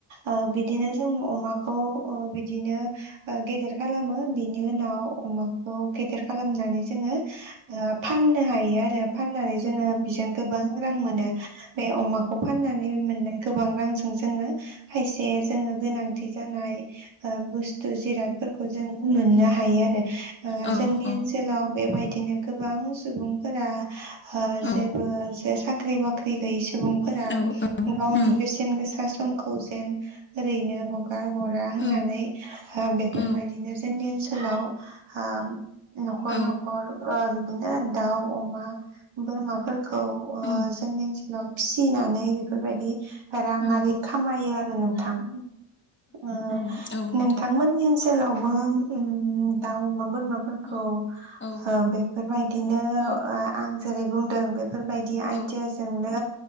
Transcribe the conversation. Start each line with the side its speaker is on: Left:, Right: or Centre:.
Right: ओ बिदिनो जों अमा खौ ओ बिदिनो गेदेर खालामो बिनि उनाव अमा ओ गेदेर खालामनानै जोंङो ओ फाननो हायो आरो फाननानै जोंङो बेजों गोबां रां मोनो बे अमाखौ फाननानै मोननाय गोबां रांजों जोंङो जे जोंङो गोनांथि जानाय बु जिरादफोरखौ जों मोननो हायो आरो ओ
Left: औ
Right: जोंनि
Left: औ
Right: ओनसोलाव बेबायदि बिदिनो <unintelligible> गोबां सुबुंफोरा ओ
Left: औ
Right: जेबो ज साख्रि बाख्रि <unintelligible> सुबुंफोरा
Left: औ
Right: गावनि
Left: औ
Right: बेसेन गोसा समखौ ओरैनो हगार हरा होननानै
Left: औ
Right: बेफोरबायदिनो
Left: औ
Right: जों जोंनि ओनसोलाव ओ न'खर
Left: औ
Right: न'खर ओ बिदिनो दाउ अमा बोरमाफोरखौ ओ
Left: औ
Right: जोंनि ओनसोलाव फिसिनानै बेफोरबायदि रांआरि
Left: उम
Right: खामायो आ <unintelligible> ओ
Left: उम औ नोंथां
Right: नोंथांमोननि ओनसोलावबो उम दाउ माबा बोरामाफोरखौ
Left: औ औ
Right: ओ बेफोरबायदिनो
Left: औ
Right: आ-आं जेरै बुंदों बे बेफोरबायदि
Left: औ
Right: आइदियाजोंनो